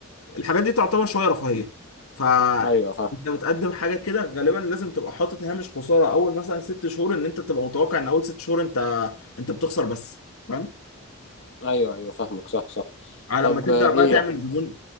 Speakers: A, on the left (about 80°); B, on the left (about 55°).
A: الحاجات دي تعتبر شويه رفاهيه ف
B: ايوه فاهم
A: انت بتقدم حاجه كده غالبا لازم تبقى حاطط هامش خساره اول مثلا ست شهور ان انت تبقى متوقع ان اول ست شهور انت انت بتخسر بس فاهم
B: ايوه ايوه فاهمك صح صح
A: على
B: طب
A: ما تبدا
B: آه، ايه
A: بقى تعمل
B: يع-
A: زبون